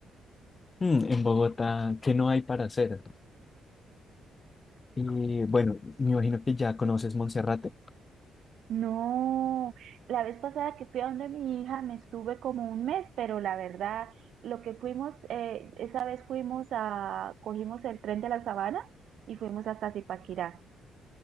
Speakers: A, on the left; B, on the right.
A: Mm, en Bogotá, ¿qué no hay para hacer? Y bueno, me imagino que ya conoces Monserrate.
B: No, la vez pasada que fui a donde mi hija me estuve como un mes, pero la verdad, lo que fuimos, eh, esa vez fuimos a, cogimos el tren de la Sabana y fuimos hasta Zipaquirá